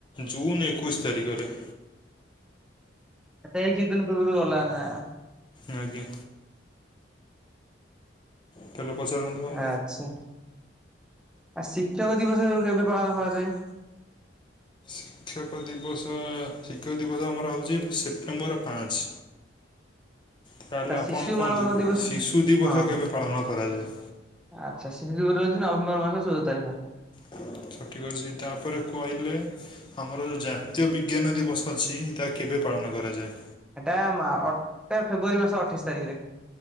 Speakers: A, on the left; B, in the centre.
A: ଜୁନ ଏକୋଇଶି ତାରିଖରେ।
B: ଏବେ ଏଇ କିଛି ଦିନ ପୂର୍ବରୁ ଗଲା ନା?
A: ଆଜ୍ଞା। ତାହେଲେ ପଚାରନ୍ତୁ ଆଉ।
B: ଆଚ୍ଛା। ଆ ଶିକ୍ଷକ ଦିବସ କେ-କେବେ ପାଳନ କରାଯାଏ?
A: ଶିକ୍ଷକ ଦିବସ, ଶିକ୍ଷକ ଦିବସ ଆମର ହଉଛି ସେପ୍ଟେମ୍ବର ପାଞ୍ଚ। ତାହେଲେ
B: ଆଚ୍ଛା
A: ଆପଣ
B: ଶିଶୁ
A: କୁହନ୍ତୁ,
B: ମାନଙ୍କର ଦିବସ
A: ଶିଶୁ ଦିବସ
B: ହଁ ହଁ
A: କେବେ ପାଳନ କରାଯାଏ?
B: ଆଚ୍ଛା। ଶିଶୁ ଦିବର ରହୁଛି ନଭେମ୍ବର ମାସ ଚଉଦ ତାରିଖ।
A: ହଁ ସଠିକ୍ ଅଛି, ତାପରେ କହିଲେ ଆମର ଯୋଉ ଜାତୀୟ ବିଜ୍ଞାନ ଦିବସ ଅଛି ତା କେବେ ପା ପାଳନ କରାଯାଏ?
B: ଏଇଟା ଅଟଟା ଫେବୃଆରୀ ମାସ ଅଠେଇଶ ତାରିଖରେ।